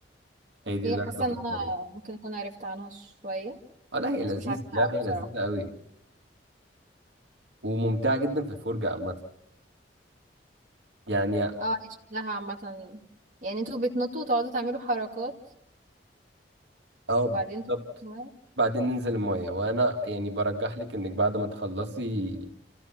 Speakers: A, on the right (about 75°); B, on the right (about 45°).
A: هي
B: اوكي
A: دي اللي
B: حاسه
A: أنا كنت
B: ان
A: بتمرن
B: انا ممكن اكون عرفت عنها شويه
A: اه لا هي لذيذ
B: بس مش عارفاها
A: لعبة
B: قوي
A: لذيذة
B: بصراحه
A: قوي وممتعة جدا في الفرجة عامة يعني
B: اه دي شكلها عامه يعني انتوا بتنطوا وتقعدوا تعملوا حركات
A: اه
B: وبعدين
A: بالظبط
B: تنطوا في المية.
A: بعدين ننزل المية وأنا يعني برجح لك إنك بعد ما تخلصي